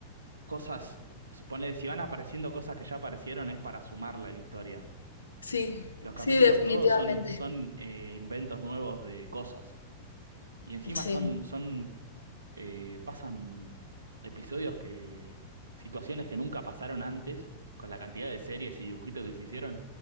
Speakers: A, on the right; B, on the left.
A: Cosas, suponer, si van apareciendo cosas que ya aparecieron es para sumarla a la historia.
B: Sí,
A: Los capítulos
B: sí, definitivamente.
A: todos son, son eh, inventos nuevos de cosas. Y encima
B: Sí,
A: son, son eh, pasan episodios que, situaciones que nunca pasaron antes, con la cantidad de series y dibujitos que se hicieron.